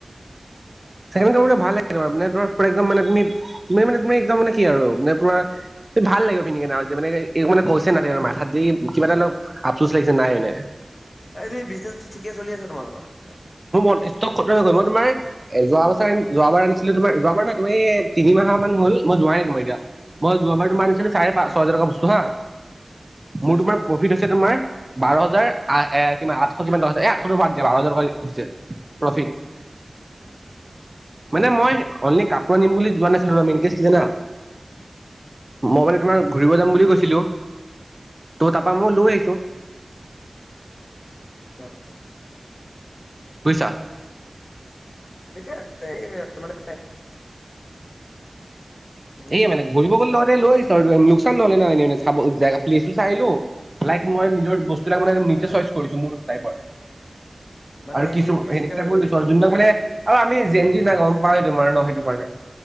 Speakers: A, on the right; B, on the left.
A: ছেকেণ্ড হেণ্ড কাপোৰ বিলাক ভাল আহে কেতিয়াবা মানে তোমাৰ পোৰা একদম মানে তুমি তুমি মানে তুমি একদম কি আৰু মানে পোৰা ভাল লাগিব পিন্ধিকিনে আৰু যে মানে মানে কৈছে না ত মাথাত যে কিবা এটা অলপ আপচোচ লাগিছে নাই মানে।
B: এনেই বিজনেছটো ঠিকে চলি আছে তোমালোকৰ তাত?
A: মোৰ মন ষ্টক খতম হৈ গল, মই তোমাৰ এ যোৱা বছৰ যোৱাবাৰ আনিছিলো তোমাৰ যোৱাবাৰ নাই তুমি তিনি মাহ মাহ মান হ'ল মই যোৱাই নাই মই এতিয়া। মই যোৱাবাৰ তোমাৰ
B: উম,
A: আনিছিলো চাৰে পাঁচ ছয় হাজাৰৰ টকা বস্তু হাঁ।
B: চাৰে
A: মোৰ তোমাৰ
B: ছয় হাজাৰ
A: প্ৰফিট
B: টকাৰ
A: হৈছে তোমাৰ বাৰ হাজাৰ আহ কিমান আঠশ কিমান টকা হৈছে এ আঠশ টো বাদ দিয়া বাৰ হাজাৰ টকা হৈছে প্ৰফিত মানে মই অনলি কাপোৰ কাপোৰ আনিম বুলি যোৱা নাছিলোঁ আমি ইনকেছ কি জানা। মই মানে তোমাৰ ঘূৰিব যাম বুলি গৈছিলো ত তাৰপৰা মই লৈ আহিছোঁ।
B: অঁ অঁ।
A: বৈছা
B: ঠিকে আছে এই মানে শুনিছিলোঁ।
A: এ মানে ঘূৰিব গলে লওতে লৈছ আহিছোঁ লোকচান নহলে ন এনে চাব জা প্লেচো চাই আহিলোঁ লাইক
B: অ',
A: মই নিজৰ বস্তুবিলাক মানে নিজে
B: অ',
A: চইচ কৰিছো মোৰ টাইপৰ
B: মানে
A: আৰু
B: এক
A: কিছু
B: গুলিত দুই
A: সে
B: চিকাৰ
A: কিয়
B: হৈ
A: পিছত
B: গ'ল ক'ব
A: যোনবাক
B: গ'লে
A: মানে আৰু আমি জেনজি নাই গম বাই ন তোমাৰ ন সেইটো কাৰণে